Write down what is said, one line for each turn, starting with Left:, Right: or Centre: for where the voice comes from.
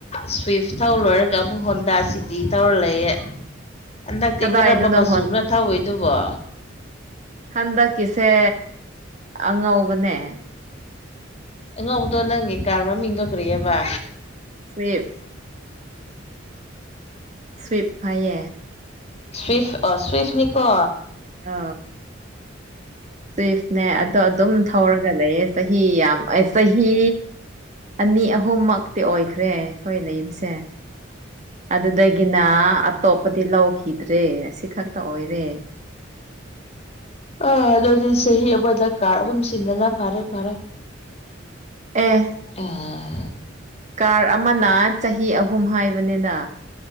Left: ꯁ꯭ꯋꯤꯐ ꯊꯧ ꯂꯣꯏꯔꯒ ꯑꯃꯨꯛ ꯍꯣꯟꯟꯗꯥ ꯁꯤꯇꯤ ꯇꯧꯔ ꯂꯩꯌꯦꯦ ꯍꯟꯗꯛꯇꯤ
Right: ꯀꯗꯥꯏꯗꯅꯣ
Left: ꯀꯔꯝꯕ ꯃꯆꯨꯅ
Right: ꯍꯣꯟ
Left: ꯊꯧꯑꯣꯏꯗꯨꯕꯣ
Right: ꯍꯟꯗꯛꯀꯤꯁꯦ ꯑꯉꯧꯕꯅꯦ
Left: ꯑꯉꯧꯕꯗꯣ ꯅꯪꯒꯤ ꯀꯥꯔ ꯃꯃꯤꯡ ꯇꯧꯈ꯭ꯔꯔꯤꯑꯕ
Right: ꯁꯋꯦꯞ ꯁ꯭ꯔꯤꯞ ꯐꯌꯦ
Left: ꯁ꯭ꯏꯐ ꯑ ꯁ꯭ꯋꯐꯅꯤꯀꯣ
Right: ꯑ ꯁꯋꯤꯐꯅꯦ ꯑꯗꯣ ꯑꯗꯨꯝ ꯍꯧꯔꯒ ꯂꯩꯌꯦ ꯆꯍꯤ ꯌꯥꯝ ꯆꯍꯤ ꯑꯅꯤ ꯑꯍꯨꯝꯃꯛ ꯇꯤ ꯑꯣꯏꯈ꯭ꯔꯦ ꯑꯩꯈꯣꯏ ꯂꯩꯕꯁꯦ ꯑꯗꯨꯗꯒꯤꯅ ꯑꯇꯣꯞꯄꯗꯤ ꯂꯧꯈꯤꯗ꯭ꯔꯦ ꯑꯁꯤ ꯈꯛꯇ ꯑꯣꯏꯔꯦ
Left: ꯑꯥ ꯑꯗꯨꯑꯣ ꯑꯣꯏꯗꯤ ꯆꯍꯤ ꯑꯃꯗ ꯀꯥꯔ ꯑꯍꯨꯝ ꯁꯤꯟꯗꯅ ꯐꯔꯦ ꯐꯔꯦ
Right: ꯑꯦ
Left: ꯎ
Right: ꯀꯥꯔ ꯑꯃꯅ ꯆꯍꯤ ꯑꯍꯨꯝ ꯍꯥꯏꯕꯅꯤꯗ